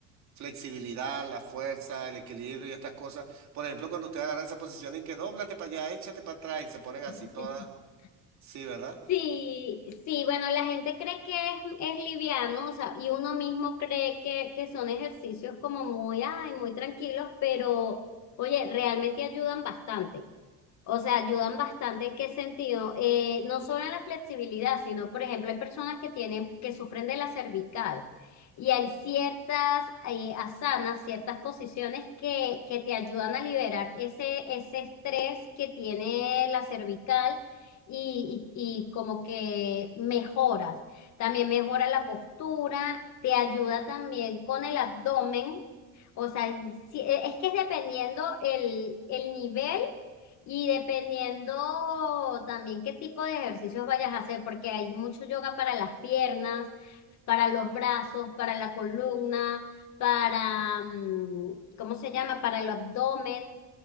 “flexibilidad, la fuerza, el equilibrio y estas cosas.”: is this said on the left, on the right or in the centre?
Right